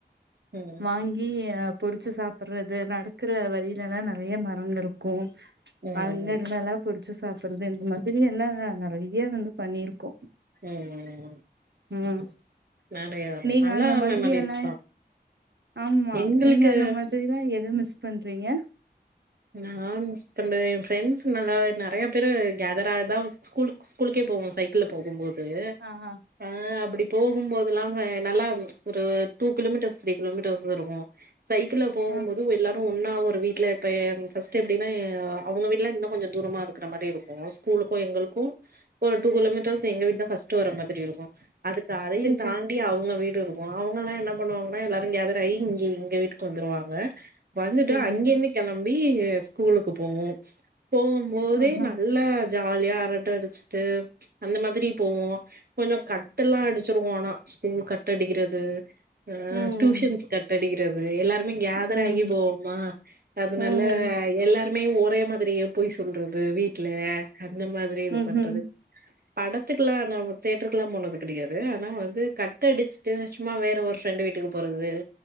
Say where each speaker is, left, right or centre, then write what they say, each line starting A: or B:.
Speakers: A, on the right (about 60°); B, on the right (about 80°).
A: ம்
B: வாங்கி பொரிச்சு சாப்றது நடக்கற வழில எல்லா நெறைய மரோ இருக்கூ
A: ம்
B: பன் இருந்தால்லா பொரிச்சு சாப்றது இந்த மாதிரி எல்லா நெறைய வந்து பண்ணியிருக்கோ
A: ம்
B: ம்
A: நெறையா
B: நீங்க
A: நல்லா
B: அந்த மாதிரியான
A: மெமரிஸ் தா
B: ஆமா
A: எங்களுக்கு
B: நீங்க அந்த மாதிரில்லா எது மிஸ் பண்றீங்க
A: நா மிஸ் பண்றது எ ஃப்ரெண்ட்ஸ் நல்லா நெறய பேர கேதர் ஆ தா ஸ்கூலுக்கு ஸ்கூலுக்கே போவோ சைக்கிள்ல போகுபோது
B: அ ஆ
A: அ அப்டி போகுபோது இல்லாம நல்லா ஒரு டூ கிலோமீட்டர்ஸ் த்ரீ கிலோமீட்டர்ஸ் வருவோ சைக்கிள்ல போகுபோது
B: ஆ
A: எல்லாரு ஒன்னா ஒரு வீட்ல கெடயாது அ ஃபர்ஸ்ட் எப்டின்னா அவங்க வீட்லா இன்னு கொஞ்சோ தூரமா இருக்குற மாரி இருக்கு ஸ்கூலுக்கு எங்களுக்கு ஒரு டூ கிலோமீட்டர்ஸ் எங்க வீடு தா ஃபர்ஸ்ட் வர மாதிரி இருக்கு அடுத்து அதையு
B: சேர் சேர்
A: தாண்டி அவங்க வீடு இருக்கு அவங்க எல்லா என்ன பண்ணுவாங்கனா எல்லாரு கேதராகி இங்க எங்க வீட்டுக்கு வந்துருவாங்க வந்துட்டு
B: சேரிங்க
A: அங்க இருந்து கெளம்பி ஸ்கூலுக்கு போவோ போம் போதே
B: ஆஹா
A: நல்ல ஜாலியா அரட்ட அடிச்சிட்டு அந்த மாதிரி போவோ கொஞ்சோ கட் எல்லா அடிச்சிருவோ ஆனா ஸ்கூல் கட் அடிக்கிறது அ
B: ம்
A: டியூஷன்ஸ் கட் அடிக்கிறது எல்லாருமே கேதர்
B: ம்
A: ஆகி போவமா அதனால
B: ம்
A: எல்லாருமே ஒரே மாதிரியே பொய் சொல்றது வீட்ல அந்த மாதிரி இது
B: ம்
A: பண்றது
B: ம்
A: படத்துக்குல்லா என்னாவு தேட்டருக்குல்லா போனது கெடையாது ஆனா வந்து கட் அடிச்சு ட்டு சும்மா வேற ஒரு ஃப்ரெண்டு் வீட்டுக்கு போறது